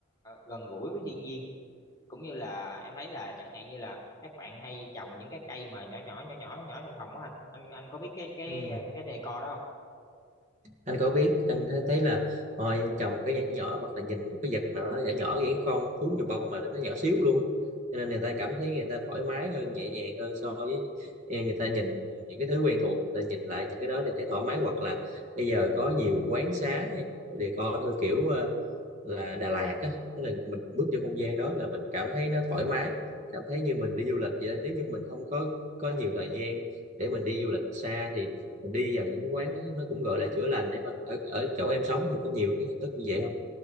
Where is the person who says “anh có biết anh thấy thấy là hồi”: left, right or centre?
Right